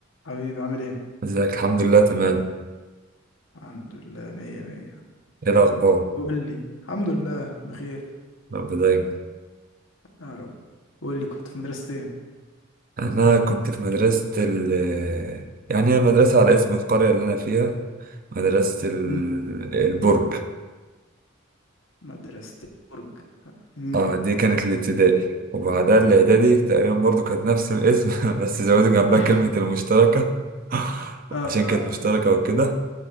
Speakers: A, on the left; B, on the right.
A: حبيبي عامل ايه؟
B: ازيك الحمد لله تمام
A: الحمد لله مية مية
B: ايه الاخبار
A: قول لي الحمد لله بخير
B: رب دايما
A: يا رب قول لي كنت في مدرسة ايه؟
B: انا كنت في مدرسة ال يعني هي مدرسة على اسم القرية اللي انا فيها مدرسة ال...
A: مم.
B: البرج
A: مدرسة برج مم.
B: اه دي كانت الابتدائي وبعدها الاعدادي تقريبا برضو كانت نفس الاسم <laughs> بس زودوا جنبها
A: <laughs>
B: كلمة المشتركة <laughs>
A: اه
B: عشان كانت
A: آه.
B: مشتركة وكده